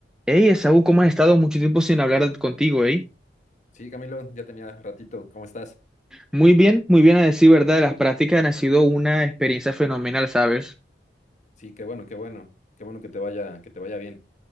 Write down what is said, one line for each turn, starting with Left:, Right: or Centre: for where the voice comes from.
Centre: Hey, Esaú, ¿cómo has estado? Mucho tiempo sin hablar contigo, ¿eh?
Left: Sí, Camilo, ya tenía ratito. ¿Cómo estás?
Centre: Muy bien, muy bien a decir verdad, las prácticas han sido una experiencia fenomenal, ¿sabes?
Left: Sí, qué bueno, qué bueno. Qué bueno que te vaya, que te vaya bien.